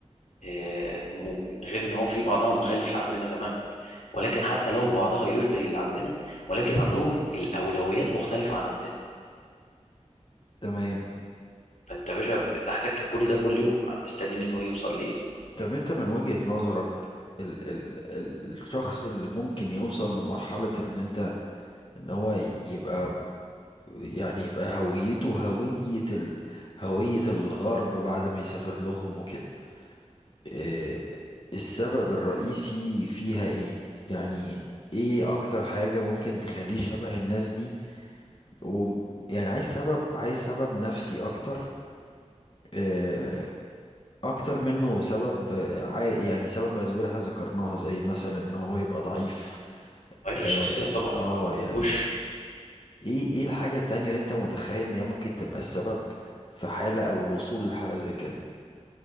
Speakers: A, on the left; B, on the left.
A: آه، م- غير إن هو في بعضها مخالف لعندنا تماما ولكن حتى لو بعضها يشبه اللي عندنا ولكن عندهم الأولويات مختلفة عن عندنا
B: تمام
A: فانت يا باشا بتحتك بكل ده كل يوم مستني منه يوصل لايه
B: طب انت من وجهة نظرك ال ال ال الشخص اللي ممكن يوصل لمرحلة ان انت ان هو يبقى يعني يبقى هويته هوية ال هوية الغرب بعد ما يسافر لهم وكده إيه السبب الرئيسي فيها ايه يعني ايه اكتر حاجة ممكن تخليه شبه الناس دي و يعني عايز سبب عايز سبب نفسي اكتر آه، اكتر منه سبب آه، عاي- يعني سبب من الاسباب اللي احنا ذكرناها زي مثلا ان هو يبقى ضعيف
A: ضعيف
B: اه,
A: الشخصيه طبعا
B: آه يعني
A: وش
B: ايه ايه الحاجة التانية اللي انت متخيل ان هي ممكن تبقى السبب في حالة او الوصول لحالة زي كده